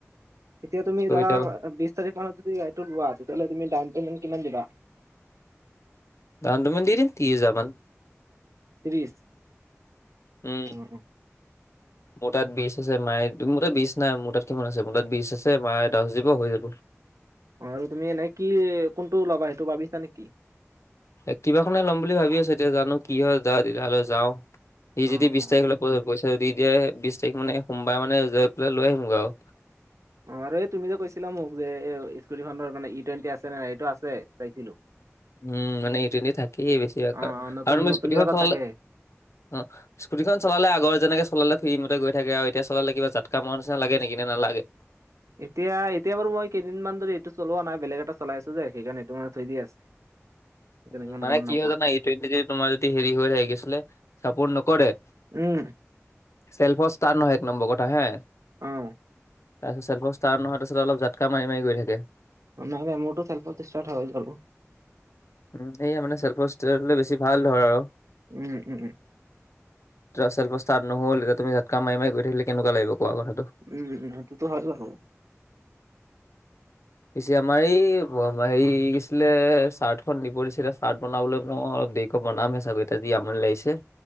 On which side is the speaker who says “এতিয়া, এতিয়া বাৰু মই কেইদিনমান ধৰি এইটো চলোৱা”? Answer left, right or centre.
Right